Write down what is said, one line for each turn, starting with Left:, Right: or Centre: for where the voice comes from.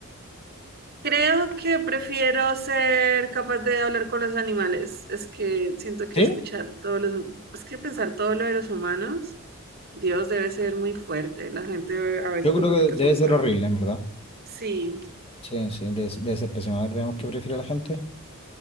Right: Creo que prefiero ser capaz de hablar con los animales. Es que siento que
Left: ¿Sí?
Right: escuchar todos los... Es que pensar todo lo de los humanos, Dios debe ser muy fuerte. La gente a veces
Left: Yo creo
Right: oculta
Left: que
Right: su
Left: debe ser
Right: peor.
Left: horrible, en verdad.
Right: Sí.
Left: Sí, sí, debe, ser debe ser pésimo. A ver, veamos qué prefiere la gente.